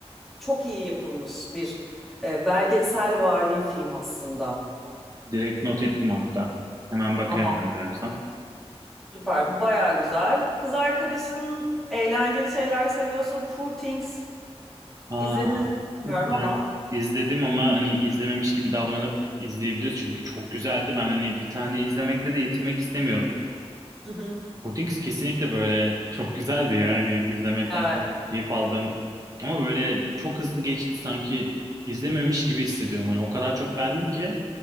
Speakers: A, in the centre; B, on the right.
A: çok iyi yapılmış bir e, belgeselvari film aslında.
B: Direkt not ettim hatta. Hemen bakayım
A: Ama
B: ben birazdan.
A: süper. Bu baya güzel. Kız arkadaşın eğlenceli şeyler seviyorsa Poor Things
B: Aa,
A: izlediniz mi bilmiyorum ama.
B: ben izledim ama hani izlememiş gibi davranıp izleyebiliriz. Çünkü çok güzeldi. Ben hani bir tane izlemekle de yetinmek istemiyorum.
A: Hı hı.
B: Portings kesinlikle böyle çok güzeldi ya. Hani izlemekten
A: Evet,
B: çok keyif aldım. Ama böyle çok hızlı geçti sanki izlememiş gibi hissediyorum. Hani o kadar çok beğendim ki